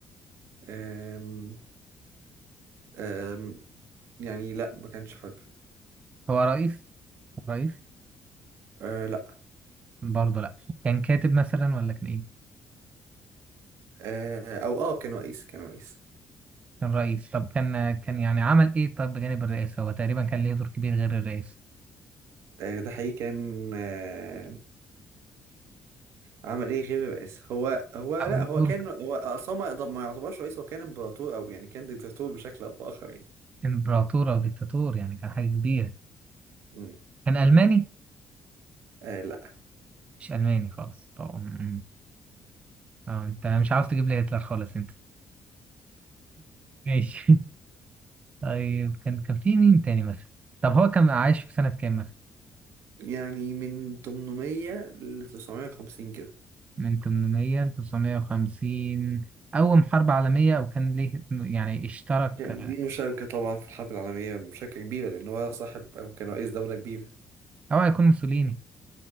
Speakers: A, on the right (about 85°); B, on the right (about 30°).
A: آم، أم، يعني لا ما كانش حر
B: هو رئيس رئيس
A: آه لا
B: برضه لا كان كاتب مثلا ولا كان ايه
A: آه او اه كان رئيس كان رئيس
B: كان رئيس طب كان كان يعني عمل ايه طب بجانب الرئاسة هو تقريبا كان ليه دور كبير غير الرئاسة
A: آه ده حقيقي كان آه عمل ايه غير الرئاسة هو هو
B: أو
A: لا هو
B: دور
A: كان هو اصلا ما يقدر- ما يعتبرش رئيس هو كان امبراطور او يعني كان ديكتاتور بشكل او باخر يعني
B: امبراطور او ديكتاتور يعني كان حاجة كبيرة
A: مم.
B: كان ألماني
A: آه لا
B: مش ألماني خالص طب م- م. اه انت مش عاوز تجيب لي هتلر خالص انت ماشي <laughs> طيب كان كان في مين تاني مثلا طب هو كان عايش في سنة كام مثلا
A: يعني من 800 ل 950 كده
B: من 800 ل 950 أول حرب عالمية أو كان ليه يعني اشترك
A: كان
B: آه،
A: ليه مشاركة طبعا في الحرب العالمية مشاركة كبيرة لأن هو صاحب أو كان رئيس دولة كبيرة
B: أو هيكون موسوليني